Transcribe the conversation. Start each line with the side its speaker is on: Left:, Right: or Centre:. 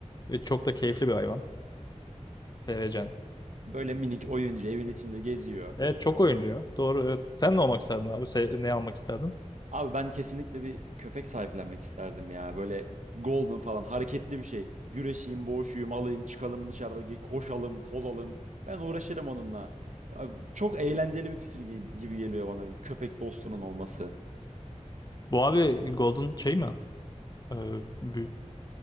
Left: Ve çok da keyifli bir hayvan. Sevecen.
Right: Böyle minik oyuncu evin içinde geziyor.
Left: Evet çok oyuncu ya. Doğru evet. Sen ne olmak isterdin abi? Se- ne almak isterdin?
Right: Abi ben kesinlikle bir köpek sahiplenmek isterdim ya. Böyle golden falan hareketli bir şey. Güreşeyim, boğuşayım, alayım, çıkalım dışarıda ge- koşalım, tozalım. Ben uğraşırım onunla. Abi, çok eğlenceli bir fikir gi- gibi geliyor bana bir köpek dostunun olması.
Left: Bu abi Golden şey mi? Ee, bir-